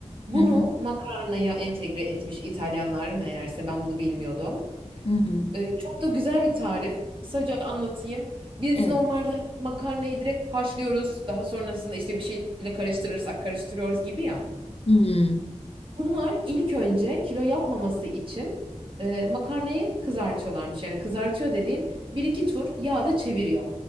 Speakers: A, on the right; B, on the left.
A: Bunu
B: Hı hı.
A: makarnaya entegre etmiş İtalyanlar meğerse ben bunu bilmiyordum.
B: Hı hı.
A: Ee, çok da güzel bir tarif. Kısaca anlatayım. Biz
B: Evet.
A: normalde hani makarnayı direkt haşlıyoruz. Daha sonrasında işte bir şeyle karıştırırsak karıştırıyoruz gibi ya.
B: Hmm,
A: Bunlar ilk önce kilo yapmaması için e, makarnayı kızartıyorlarmış. Yani kızartıyor dediğim bir iki tur yağda çeviriyor.